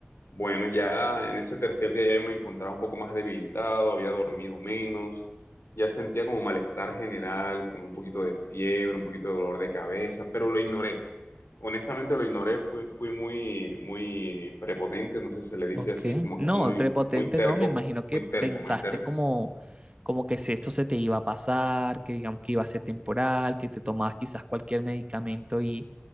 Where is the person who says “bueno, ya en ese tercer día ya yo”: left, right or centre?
Left